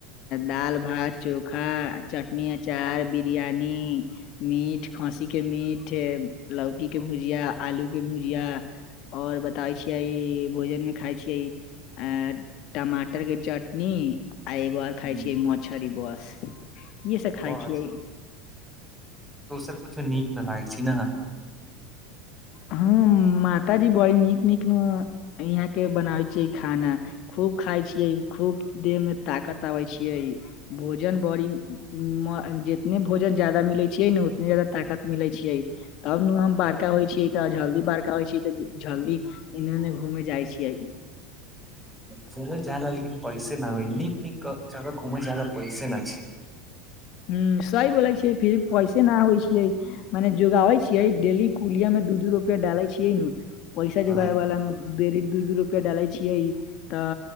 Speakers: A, on the left; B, in the centre.
A: दाल-भात चो खा चटनी, अचार, बिरयानी मीठ खँसी के मीठ, लौकी के भुजिया, आलू के भुजिया, और बताबै छियै, भोजन मे खाय छियै ऐं टमाटर के चटनी, आ एगो आर
B: हम्म,
A: खाय छीयै मच्छरी बस। इ सब खाइ
B: बस
A: छियै।
B: दोसर कुछो नीक न लागै छय ना।
A: हम्म माताजी बडी़ नीक-नीक यहाँ के बनावे छीयै खाना खूब खाइ छी यै खूब देह में ताकत आबैय छियै, भोजन बडी़ मऽ जीतने भोजन ज्यादा मिलय छियै ने, उतने ज्यादा ताकत मिलय छियै। तब नु हम बाड़का होइ छियै। त जल्दी बड़का होइ छियै त, जल्दी एने-उने घूमे जाइ छियै।
B: घूमल जा ल लेकिन पैसे ना होय, नीक-नीक जगह घूमय जाय ल पैसे ना छय।
A: हम्म सही बोलय छियै, फिर पैसे ना होइ छियै। मने जोगाबै छियै, डेली कुलिया में दू-दू रुपया डाले छियै नु, पैसा
B: हँ
A: जोगाबे बला में देरी दू-दू रुपया डालै छियै। त